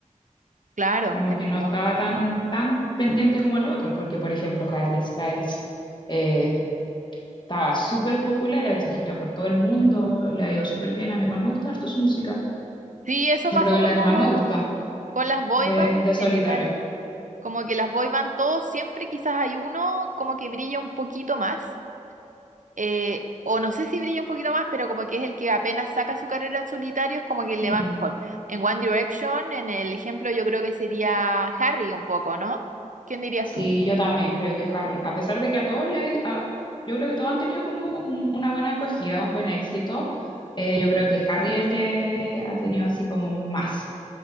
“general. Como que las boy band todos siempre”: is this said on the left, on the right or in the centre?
Right